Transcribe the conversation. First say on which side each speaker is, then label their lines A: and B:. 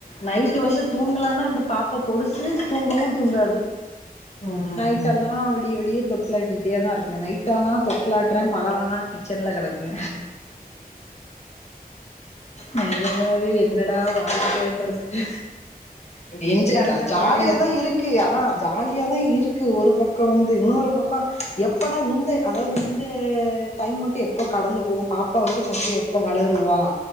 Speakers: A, on the left (about 45°); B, on the left (about 70°).
A: நைட்டு வந்து தூங்கலானா அந்த பாப்போ பொடிசு தூங்கவோ தூங் காது
B: ம்
A: நைட்டெல்லா
B: ம்
A: விடிய விடிய தொட்லாட்டிட்டேதா இருக்கே நைட்டானா தொட்லாட்டுற பகலானா கிச்சன்ல கெடக்குற நெஜமாவே என்னடா வாழ்க்கன்ருக்கு
B: இதுலயே
A: என்ஜா
B: கடந்து
A: நா ஜாலியாதா
B: போயிட்டே இருக்கணு
A: இருக் கு அதா ஜாலியா தா இருக்கு ஒரு பக்கோ வந்து இன்னோரு பக்கோ எப்படா இந்த அதாவது இந்த டைம் மட்டு எப்போ கடந்து போகோ பாப்பா வந்து கொஞ்சோ எப்போ வளருவா